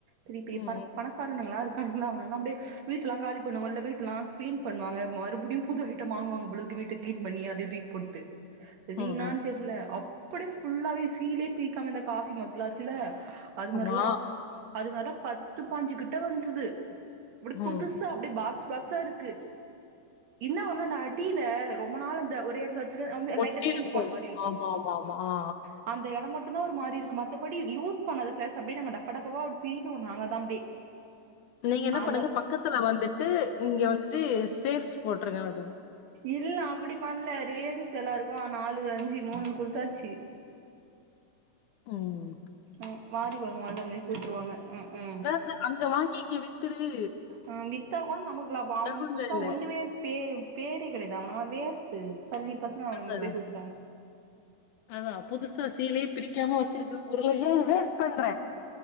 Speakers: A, on the right; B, on the left.
A: பெரிய பெரிய
B: ம்
A: பரக் பணக் காரனுகலா இருக்கான்லா அவுங்களா அப்டியே வீட்லாம் காலி பண்ணுவாங்ள வீட்லாம் கிளீன் பண்ணாங்க மறுபடியு புது வீட்ட வாங்குவாங்க போலருக்கு வீட்ட கிளீன் பண்ணி அதை தூக்கி போட்டு ரீன்னானு
B: ம் ம் ம்
A: தெர்ல அப்டி ஃபுல்லாவே சீலே பிரிக்காம இந்த காபி மக்ளாருக்கில்ல அது மார்லாம்
B: ஆமா
A: அது மாரிலாம் பத்து பாஞ்சு கிட்ட வந்தது அப்டி புதுசா
B: ம்
A: அப்டி பாக்ஸ் பாக்ஸாருக்கு இன்னொன்னு இந்த அடியில ரொம்ப நாளா இந்த ஒரே எடல வச் சிரு வந்து
B: ஒட்டி
A: லைட்டா தேஞ்சு
B: இருக்கு
A: போன மாரி இருக்கும்
B: ஆமா ஆமா ஆமா ஆ
A: ஆ அந்த எடொ மட்டும்தா ஒரு மாதிரிருக்கும் மத்தபடி யூஸ் பண்ணாத கிளாஸ் அப்டி நாங்க டப்பா டப்பா பி ச்சோ நாங்க தா அப்டி
B: நீங்க என்ன
A: அந்த
B: பண்ணுங்க பக்கத்துல வந்துட்டு இங்க வந்துட்டு சேல்ஸ் போட்ருங்க அத
A: இல்ல அப்டி பண்ல லேடிஸ்கு எல்லார்கு நாலு அஞ்சு மூணுண் குடுதாச்சி
B: உம்
A: ம் வாரி வழங்கும் வள்ளல் மாரி பிரிச்சுருவாங்க ம் ம்
B: த்த அங்க வாங்கி இங்க வித்துரு
A: ஆ வித்தா கூட நமக்கு லாபம் அவனுங்க
B: டவுன்ல
A: குடுத்தா
B: இல்ல
A: ஒண்ணுமே பே பேரிகள் இத அவனா வேஸ்ட்டூ சல்லி பசங்க அவனுங்கள
B: அதா
A: போய் கொடுத்துட்டாங்க
B: அதா புதுசா சீலே பிரிக்காம வெச்சிருக்க பொருளையே வேஸ்ட் பண்ற